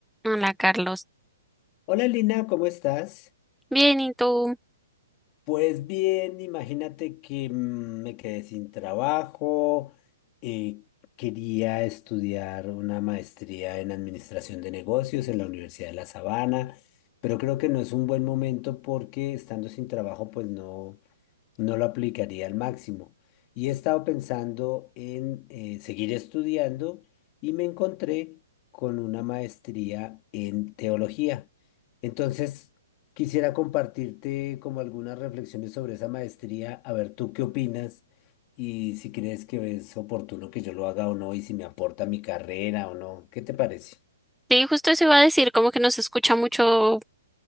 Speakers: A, in the centre; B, on the left.
A: Hola Carlos,
B: Hola Lina, ¿cómo estás?
A: bien, ¿y tú?
B: Pues bien, imagínate que mm, me quedé sin trabajo, eh, quería estudiar una maestría en administración de negocios en la Universidad de La Sabana, pero creo que no es un buen momento porque estando sin trabajo pues no, no lo aplicaría al máximo. Y he estado pensando en eh, seguir estudiando y me encontré con una maestría en teología. Entonces, quisiera compartirte como algunas reflexiones sobre esa maestría, a ver tú qué opinas y si crees que es oportuno que yo lo haga o no y si me aporta mi carrera o no. ¿Qué te parece?
A: Sí, justo eso iba a decir, como que no se escucha mucho